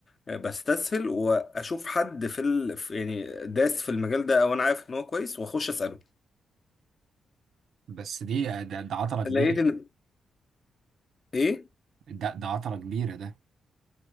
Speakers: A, on the left (about 40°); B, on the right (about 70°).
A: آه، بستسهل واشوف حد في ال... في- يعني داس في المجال ده او انا عارف ان هو كويس واخش اساله
B: بس دي ده, ده عطلة كبيرة
A: لقيت ان ايه
B: ده, ده عطلة كبيرة ده